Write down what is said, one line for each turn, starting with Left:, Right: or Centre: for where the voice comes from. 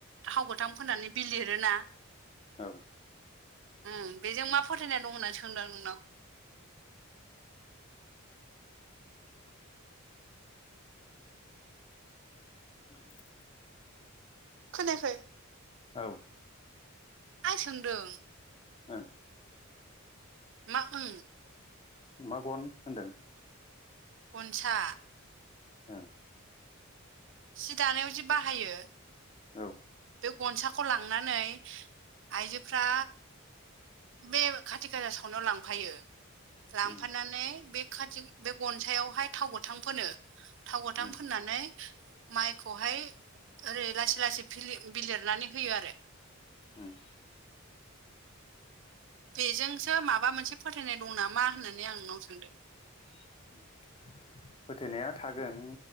Right: थाव गोथां फोननानै बिलिरोना
Left: औ
Right: उम बेजों मा फोथायनाय दं होननानै सोंदों आं नोंनाव
Left: उम
Right: खोनायाखै
Left: औ
Right: आं सोंदों
Left: ओं
Right: मा उम
Left: मा गन होनदों
Right: गनसा
Left: ओं
Right: सि दानायाव जि बाहायो
Left: औ
Right: बे गनसाखौ लांनानै आइजोफ्रा बे खाथि खाजा सावनायाव लांफायो
Left: उम
Right: लांफानानै बे खाथि बे गनसायावहाय थाव गोथां फोनो थाव गोथां
Left: उम
Right: फोननानै माइखौहाय ओरै लासै लासै बिलिरनानै होयो आरो
Left: उम
Right: बेजोंसो माबा मोनसे फोथायनाय दं नामा होननानै आं नोंनाव सोंदों
Left: <inaudible> फोथायनाया थागोन